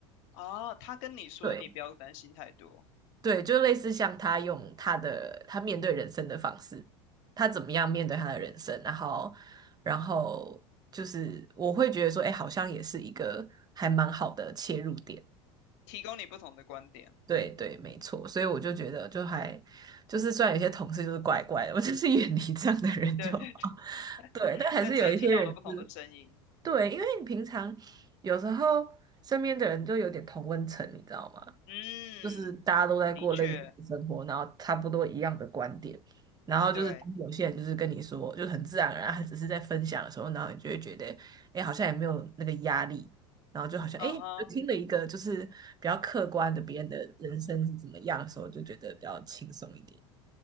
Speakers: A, on the left; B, on the right.
A: 哦，他跟你说你不要担心太多，
B: 对，对，就类似像他用他的他面对人生的方式，他怎么样面对他的人生，然后，然后就是我会觉得说，哎，好像也是一个还蛮好的切入点。
A: 提供你不同的观点。
B: 对对，没错，所以我就觉得就还就是虽然有些同事就是怪怪的，我就是远离这样的人就好。
A: 对 <laughs> 对对，<laughs>
B: <laughs> 对，但还是有一些人是。
A: 但是也听到了不同的声音。
B: 对，因为你平常有时候身边的人就有点同温层，你知道吗？
A: 嗯，
B: 就是大家都在过类似的生活，
A: 的确，
B: 然后差不多一样的观点，然后就是当有些人就是跟你说，
A: 对，
B: 就很自然而然，他只是在分享的时候，然后你就会觉得，哎，好像也没有那个压力，然后就好像，
A: 嗯哼，
B: 哎，就听了一个就是比较客观的别人的人生是怎么样的时候，就觉得比较轻松一点。